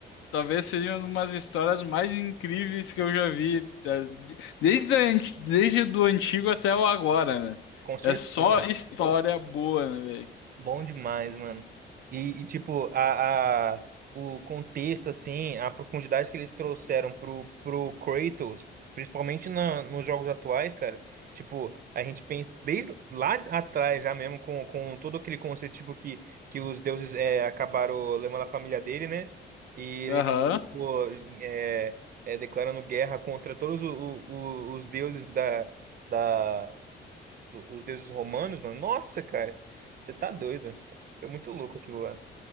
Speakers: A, on the left; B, on the right.
A: talvez seja uma das histórias mais incríveis que eu já vi, tá? De- desde, a anti- desde do antigo até o agora, né?
B: Com certeza.
A: É só história boa, né, velho?
B: Bom demais, mano. E, e, tipo, a, a, o contexto, assim, a profundidade que eles trouxeram pro, pro Kratos, principalmente na, nos jogos atuais, cara. Tipo, a gente pensa desde lá atrás já mesmo, com, com todo aquele conceito, tipo, que, que os deuses é, acabaram levando a família dele, né? E ele
A: Aham.
B: acabou é, é, declarando guerra contra todos o, o- o- os deuses da, da do- os deuses romanos, mano. Nossa, cara, você tá doido. É muito louco aquilo lá.